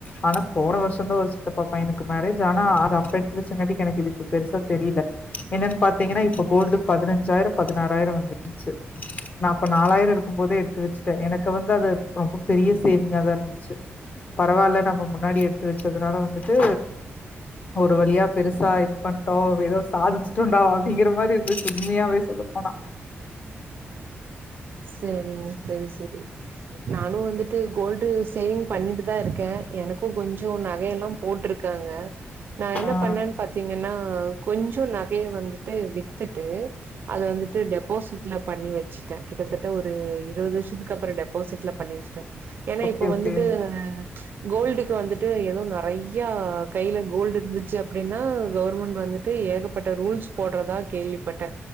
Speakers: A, on the left; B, on the right.
A: ஆனா போன வருஷந்தா ஒரு சித்தப்பா பையனுக்கு மேரேஜ் ஆனா அது அப்ப எடுத்து வச்சங்காட்டி எனக்கு இது இப்ப பெருசா தெரியில என்னன் பாத்தீங்கனா இப்ப கோல்டு பதினஞ்சாயிரொ பதினாறாயிரொ வந்துருச்சு நா அப்ப நாலாயிர இருக்கும் போதே எடுத்து வச்சுட்டே எனக்கு வந்து அது ரொம்ப பெரிய சேவிங்கா தா இருந்துச்சு பரவால்ல நம்ம முன்னாடி எடுத்து வச்சதுனால வந்துட்டு ஒரு வழியா பெருசா இது பண்டோ ஒரு எதோ சாதிச்சு ட்டொன்டா அப்டிங்கிற மாரி இருந்துச்சு உண்மையாவே சொல்லப்போனா
B: செரிங்க செரி செரி நானு வந்துட்டு கோல்டு சேவிங் பண்ணிட்டு தா இருக்கே எனக்கு கொஞ்சொ நகையெல்லா போட்ருக்காங்க நா என்ன
A: ஆ
B: பண்ணேன் பாத்தீங்கன்னா கொஞ் சொ நகைய வந்துட்டு வித்துட்டு அத வந்துட்டு டெபாசிட்ல பண்ணி வச்சுட்டே கிட்டத்தட்ட ஒரு இருவது லட்சத்துக் கப்புற டெப்பாசிட்ல பண்ணி வச்சிட்டே எனா
A: ஓகே
B: இப்ப வந்துட்டு
A: ஓகே
B: கோல்டுக்கு வந்துட்டு எதோ நெ றையா கைல கோல்டு இருந்துச்சு அப்டின்னா கவர்மெண்ட் வந்துட்டு ஏகப்பட்ட ரூல்ஸ் போட்றதா கேள்விப்பட்டே